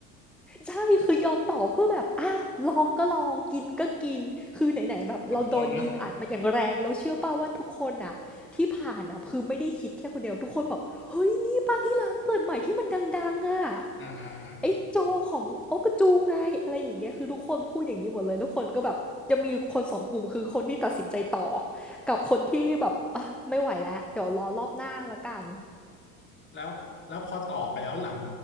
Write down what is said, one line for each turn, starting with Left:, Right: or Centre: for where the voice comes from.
Centre: ใช่คือยอมต่อเพื่อแบบอ่ะลองก็ลองกินก็กินคือไหนๆแบบเราโดนยิงอัดมาอย่างแรงแล้วเชื่อป่าวว่าทุกคนอ่ะที่ผ่านอ่ะคือไม่ได้คิดแค่คนเดียวทุกคนบอกเฮ้ยนี่ปาร์ตี้ร้านเปิดใหม่ที่มันดังๆอ่ะ
Left: <laughs> อดทนนะอ่าอ่าอ่า
Centre: ไอ้โจของโอ๊กกจูไงอะไรอย่างเงี้ยคือทุกคนพูดอย่างนี้หมดเลยทุกคนก็แบบจะมีคนสองกลุ่มคือคนที่ตัดสินใจต่อกับคนที่แบบอ่ะไม่ไหวแล้วเดี๋ยวรอรอบหน้าละกัน
Left: แล้วแล้วพอต่อไปแล้วหลัง